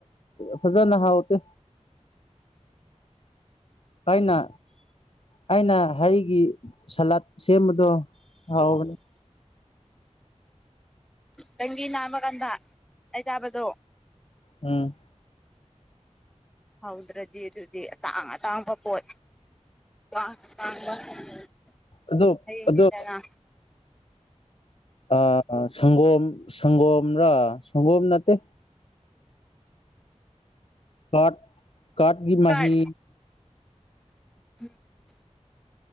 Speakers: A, on the left; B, in the centre.
A: ꯐꯖꯅ ꯍꯥꯎꯇꯦ ꯑꯩꯅ ꯑꯩꯅ ꯍꯩꯒꯤ ꯁꯥꯂꯥꯠ ꯁꯦꯝꯕꯗꯣ ꯍꯥꯎꯕꯅꯦ
B: ꯗꯦꯡꯒꯤ ꯅꯥꯟꯕ ꯀꯥꯟꯗ ꯑꯩ ꯆꯥꯕꯗꯣ
A: ꯎꯝ
B: ꯍꯧꯗ꯭ꯔꯗꯤ ꯑꯗꯨꯗꯤ ꯑꯇꯥꯡ ꯑꯇꯥꯡꯕ ꯄꯣꯠ <unintelligible>
A: ꯑꯗꯨ ꯑꯗꯨ ꯑ ꯁꯪꯒꯣꯝ ꯁꯪꯒꯣꯝꯔ ꯁꯪꯒꯣꯝ ꯅꯠꯇꯦ ꯀꯥꯔꯠ ꯀꯥꯔꯠꯀꯤ ꯃꯍꯤ
B: ꯀꯔꯠ <inaudible>